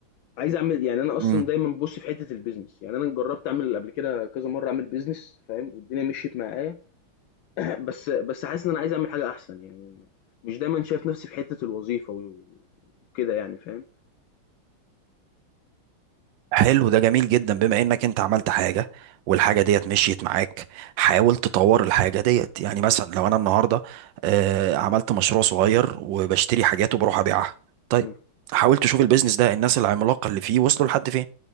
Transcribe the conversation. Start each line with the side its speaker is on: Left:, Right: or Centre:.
Left: عايز اعمل يعني انا اصلا
Right: امم
Left: دايما ببص في حته البيزنس يعني انا جربت اعمل قبل كده كذا مره اعمل بيزنس فاهم والدنيا مشيت معايا <clears throat> بس بس حاسس ان انا عايز اعمل حاجه احسن يعني مش دايما شايف نفسي في حته الوظيفه و- وكده يعني فاهم
Right: حلو ده جميل جدا بما انك انت عملت حاجه والحاجه ديت مشيت معاك حاول تطور الحاجه ديت يعني مثلا لو انا النهارده آه، عملت مشروع صغير وبشتري حاجات وبروح ابيعها طيب
Left: إمم،
Right: حاول تشوف البيزنس ده الناس العملاقه اللي فيه وصلوا لحد فين